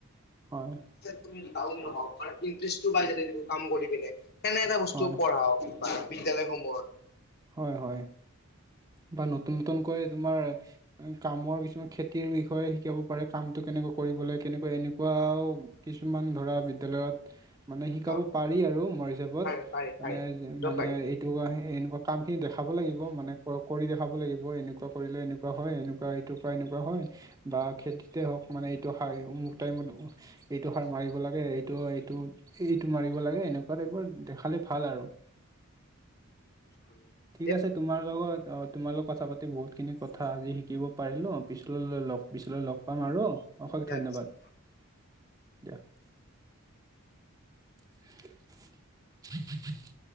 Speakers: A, on the right; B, on the left.
A: হয়
B: <unintelligible> ই আহক, নাহক ইণ্টেৰেজটো পায় কাম কৰি পিনে তেনে এটা বস্তু
A: হয়
B: পঢ়াওক। বা বিদ্যালয়সমূহত।
A: হয়, হয় বা নতুন নতুনকৈ তোমাৰ। কামৰ কিছুমান খেতিৰ বিষয়ে শিকাব পাৰে, কামটো কেনেকৈ কৰিবলৈ, কেনেকৈ এনেকুৱাও কিছুমান ধৰা বিদ্যালয়ত মানে শিকাব
B: অ
A: পাৰি আৰু মোৰ হিচাপত,
B: পাৰি পাৰি
A: মানে
B: পাৰি একদম
A: মানে
B: পাৰি
A: এইটো এনেকুৱা কামখিনি দেখাব লাগিব মানে কৰি দেখাব লাগিব। এনেকুৱা কৰিলে এনেকুৱা হয়, এনেকুৱা এইটোৰ পৰা এনেকুৱা হয়। বা খেতিতে হওঁক মানে এইটো সাৰ অমুক টাইমত এইটো সাৰ মাৰিব লাগে, এইটো এইটো এইটো মাৰিব লাগে এনেকুৱা টাইপৰ দেখালে ভাল আৰু।
B: <inaudible>
A: ঠিক আছে, তোমাৰ লগত তোমাৰ লগত কথা পাতি বহুতখিনি কথা আজি শিকিব পাৰিলোঁ। পিছলৈ লওক পিছলৈ লগ পাম আৰু অশেষ
B: দিয়া
A: ধন্যবাদ
B: পিছে
A: দিয়া। <unintelligible>